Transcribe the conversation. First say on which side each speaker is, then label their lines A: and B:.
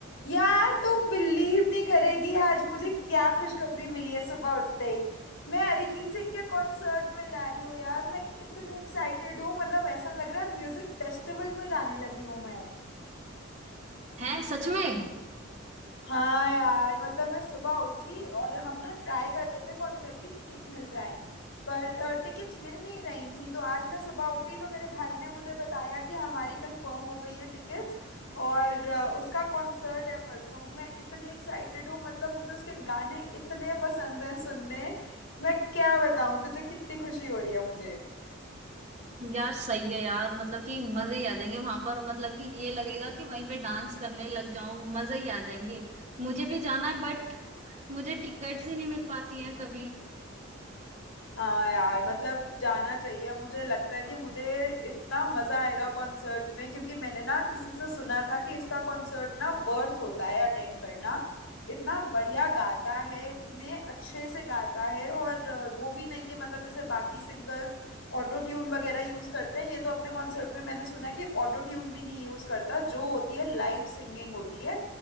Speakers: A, on the left; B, on the right.
A: यार तू बिलीव नहीं करेगी आज मुझे क्या खुशखबरी मिली है सुबह उठते ही मैं अरिजीत सिंह के कॉन्सर्ट में जा रही हूँ यार मैं इतनी एक्साइटेड हूँ मतलब ऐसा लग रहा है म्यूजिक फेस्टिवल में जाने लगी हूँ मैं
B: हैं सच में
A: हाँ यार मतलब मैं सुबह उठी और हम ना ट्राई कर रहे थे कॉन्सर्ट की टिकट्स मिल जाएं पर टिकट्स मिल नहीं रही थी तो आज मैं सुबह उठी तो मेरे भाई ने मुझे बताया कि हमारी कंफर्म हो गई हैं टिकट्स और अ, उसका कॉन्सर्ट है परसों मैं इतनी एक्साइटेड हूँ मतलब मुझे उसके गाने इतने पसंद हैं सुनने मैं क्या बताऊँ तुझे कितनी खुशी हो रही है मुझे
B: यार सही है यार मतलब कि मजे ही आ जाएंगे वहां पर मतलब कि ये लगेगा कि वहीं पे डांस करने लग जाऊं मजे ही आ जाएंगे मुझे भी जाना है बट मुझे टिकट्स ही नहीं मिल पाती हैं कभी
A: हाँ यार मतलब जाना चाहिए मुझे लगता है कि मुझे इतना मजा आएगा कॉन्सर्ट में क्योंकि मैंने ना किसी से सुना था कि इसका कॉन्सर्ट ना वर्थ होता है अटेंड करना इतना बढ़िया गाता है इतने अच्छे से गाता है और अ, वो भी नहीं कि मतलब जैसे बाकी सिंगर्स ऑटो ट्यून वगैरह यूज करते हैं ये तो अपने कॉन्सर्ट में मैंने सुना है कि ऑटो ट्यून भी नहीं यूज करता जो होती है लाइव सिंगिंग होती है